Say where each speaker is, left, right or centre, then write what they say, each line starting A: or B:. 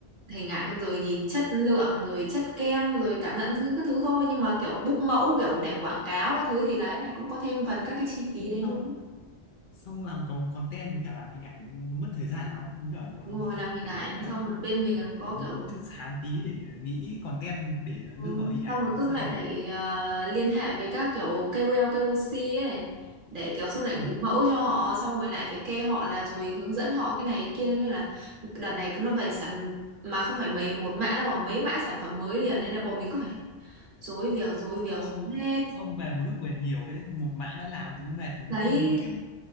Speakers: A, on the right; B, on the left.
A: hình ảnh rồi nhìn chất lượng rồi chất kem rồi cảm nhận thứ các thứ thôi nhưng mà kiểu book mẫu kiểu để quảng cáo các thứ thì đấy này cũng có thêm phần các cái chi phí
B: nhưng
A: đến
B: xong
A: luôn.
B: xong làm còn content với cả làm hình ảnh nó mất thời gian lắm cũng là nó
A: Đúng rồi
B: <laughs>
A: làm hình
B: phải
A: ảnh
B: ờ, vắt
A: xong rồi bên mình
B: phải,
A: còn
B: phải
A: có
B: dùng
A: kiểu
B: chất xám tí để nghĩ content để
A: Ừ,
B: đưa vào hình ảnh
A: xong rồi
B: làm
A: cứ
B: sao
A: lại
B: để
A: phải ờ, liên hệ với các kiểu KOL, KOC ấy để kiểu xong lại
B: ờ,
A: gửi mẫu cho họ xong rồi lại phải kê họ là rồi hướng dẫn họ cái này cái kia nên là đợt này nó về sản mà không phải mấy một mã đâu mà mấy mã sản phẩm mới liền nên là bọn mình cứ phải rối việc rối
B: sau
A: việc rối hết
B: xong về một lúc về nhiều thế một mã đã làm thì mệt rồi
A: đấy
B: nhưng mà mình kiêm